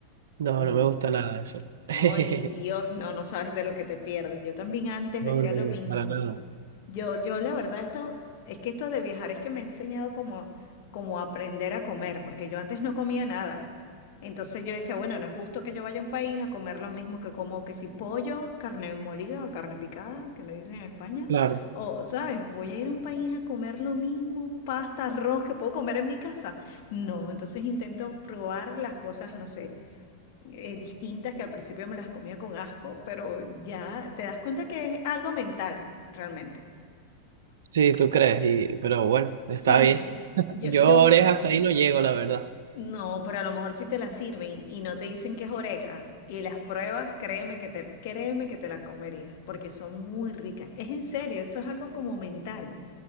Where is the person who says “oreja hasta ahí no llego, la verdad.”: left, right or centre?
Right